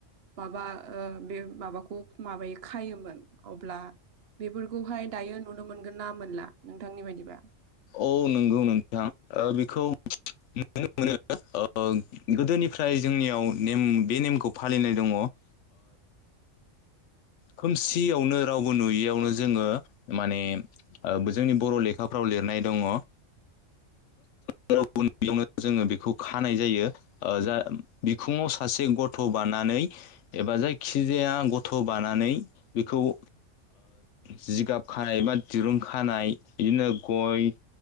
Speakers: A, on the right; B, on the left.
A: माबा बे माबाखौ माबायो खायोमोन अब्ला बे खौहाय दायो नुनो मोनगोन ना मोनला नोंथांनि बायदिबा
B: औ नंगौ नोंथां बेखौ नुनो मोनो गोदोनिफ्राय जोंनियाव नेम बे नेमखौ फालिनाय दङ
A: <inaudible>
B: खोमसियावनो रावबो नुयैयावनो जोङो माने जोंनि बर' लेखाफ्राव लिरनाय दङ बेयावनो जोङो बेखौ खानाय जायो। जा बिखुङाव सासे गथ' बानानै एबा जायखिजाया गथ' बानानै बेखौ जिगाब खानाय बा दिरुं खानाय बिदिनो गय